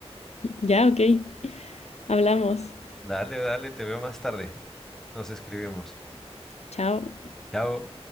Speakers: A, on the left (about 80°); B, in the centre.
A: Ya, ok. Hablamos.
B: Dale, dale, te veo más tarde. Nos escribimos.
A: Chao.
B: Chao.